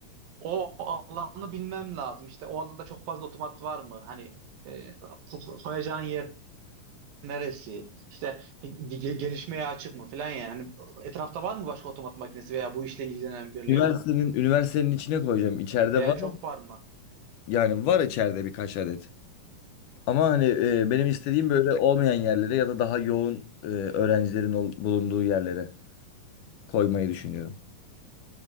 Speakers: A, on the right; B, on the left.
A: o alanı bilmem lazım. İşte o alanda çok fazla otomat var mı? Hani e, ko- koyacağın yer neresi? İşte ge- gelişmeye açık mı falan yani. Hani Etrafta var mı başka otomat makinesi veya bu işle ilgilenen birileri?
B: Üniversitenin üniversitenin içine koyacağım. İçeride
A: Veya
B: var.
A: çok var mı?
B: Yani var içeride birkaç adet. Ama hani e, benim istediğim böyle olmayan yerlere ya da daha yoğun e, öğrencilerin ol- bulunduğu yerlere. koymayı düşünüyorum.